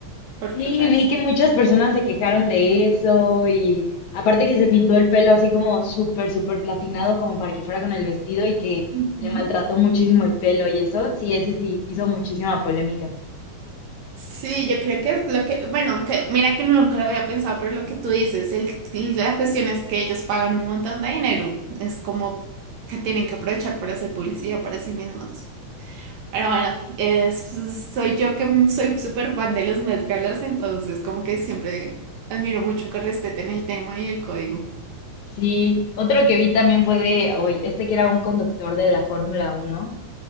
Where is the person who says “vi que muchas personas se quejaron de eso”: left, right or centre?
Left